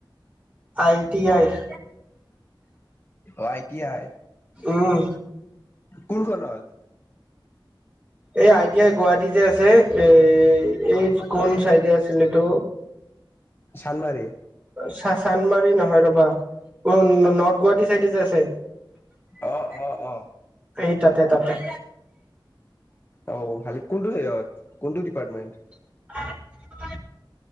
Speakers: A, on the right; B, on the left.
A: I T I. <inaudible>
B: O I T I.
A: উম
B: কোনখনত?
A: এই আই টি আই গুৱাহাটী যে আছে এ এই কোন চাইডে আছিল এইটো
B: চানমাৰী
A: চা চানমাৰী নহয় ৰ'বা উ নৰ্থ গুৱাহাটী চাইডে যে আছে
B: অ অ অ
A: এই তাতে তাতে
B: অ ভালে কোনটো ইয়ে কোনটো ডিপাৰ্টমেন্ট
A: <inaudible>